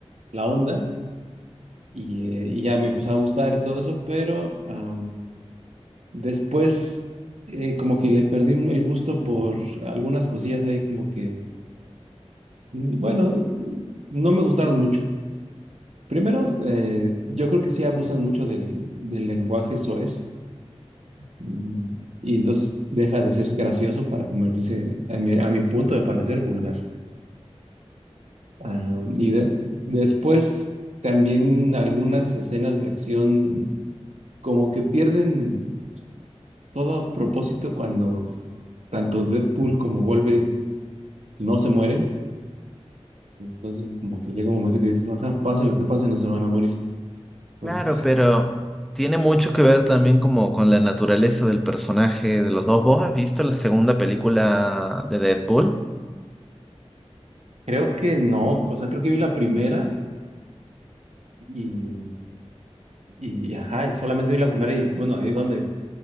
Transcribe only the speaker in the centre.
Claro,
pero tiene mucho que ver también como con la naturaleza del personaje de los dos. ¿Vos has visto la segunda película de Deadpool?